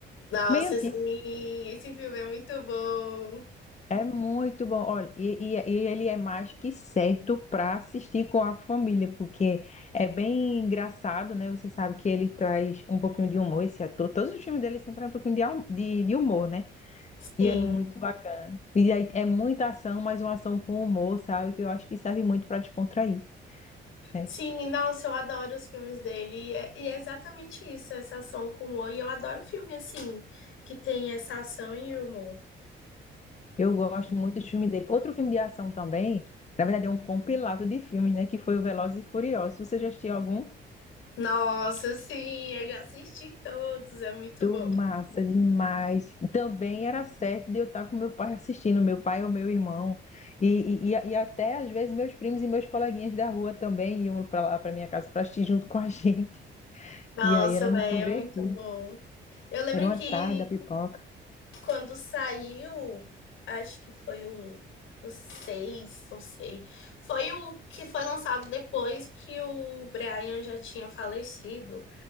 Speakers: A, on the left (about 80°); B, on the left (about 35°).
A: Nossa,
B: Bem antigo.
A: sim, esse filme é muito bom.
B: É muito bom. Olha, e, e- e ele é mais que certo para assistir com a família, porque é bem engraçado, né? Você sabe que ele traz um pouquinho de humor, esse ator. Todos os filmes dele sempre trazem um pouquinho de, al- de, de humor, né?
A: Sim,
B: E é muito bacana. E aí é muita ação, mas uma ação com humor, sabe? Que eu acho que serve muito para descontrair, né?
A: sim, nossa, eu adoro os filmes dele. E é, e é exatamente isso, essa ação com humor. E eu adoro filme assim, que tem essa ação e humor.
B: Eu gosto muito dos filmes dele. Outro filme de ação também, na verdade, é um compilado de filmes, né? Que foi o Velozes e Furiosos. Você já assistiu algum?
A: Nossa, sim, eu já assisti todos, é muito
B: Tô
A: bom.
B: massa demais. Também era certo de eu estar com meu pai assistindo, meu pai ou meu irmão. E, e, e e até às vezes meus primos e meus coleguinhas da rua também iam para lá para minha casa para assistir junto com a <laughs> gente.
A: Nossa,
B: E aí era
A: velho,
B: muito divertido.
A: é muito bom. Eu lembro
B: Era uma
A: que
B: tarde da pipoca.
A: quando saiu, acho que foi o, o 6, não sei, foi o que foi lançado depois que o Brian já tinha falecido.